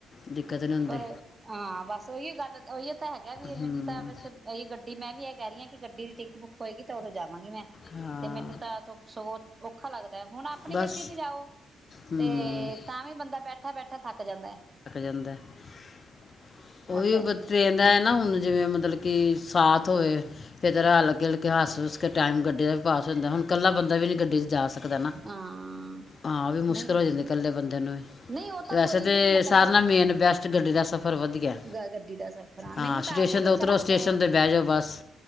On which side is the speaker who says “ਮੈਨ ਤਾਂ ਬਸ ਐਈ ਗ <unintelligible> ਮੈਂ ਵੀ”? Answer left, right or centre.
Right